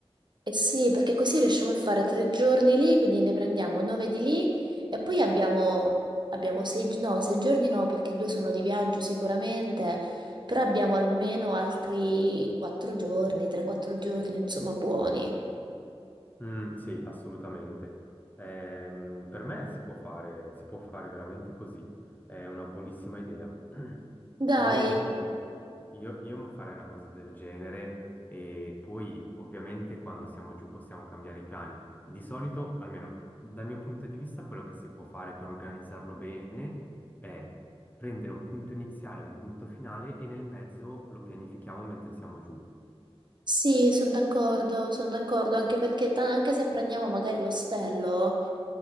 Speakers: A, on the right; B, on the left.
A: Eh sì, perché così riusciamo a fare tre giorni lì, quindi ne prendiamo nove di lì e poi abbiamo, abbiamo sei, gi- no, sei giorni no, perché due sono di viaggio sicuramente, però abbiamo almeno altri quattro giorni, tre, quattro giorni, insomma, buoni.
B: Mm, sì, assolutamente. Ehm, per me si può fare, si può fare veramente così. È una buonissima idea. <clears throat>
A: Dai,
B: Io, io, io farei una cosa del genere e poi ovviamente quando siamo giù possiamo cambiare i piani. Di solito, almeno dal mio punto di vista, quello che si può fare per organizzarlo bene è prendere un punto iniziale, un punto finale e nel mezzo lo pianifichiamo mentre siamo giù.
A: Sì, sono d'accordo, sono d'accordo, anche perché ta- anche se prendiamo magari l'ostello,